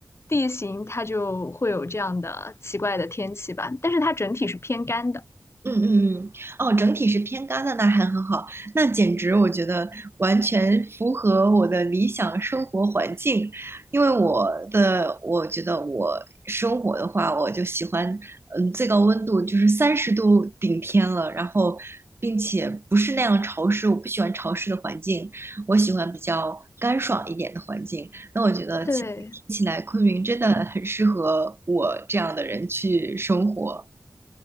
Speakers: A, on the left; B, on the right.
A: 地形它就会有这样的奇怪的天气吧，但是它整体是偏干的。
B: 嗯嗯嗯，哦，整体是偏干的，那还很好，那简直我觉得完全符合我的理想生活环境，因为我的我觉得我生活的话，我就喜欢，嗯，最高温度就是三十度顶天了，然后并且不是那样潮湿，我不喜欢潮湿的环境，我喜欢比较干爽一点的环境。那我觉得听起来昆明真的很适合我这样的人去生活。
A: 对，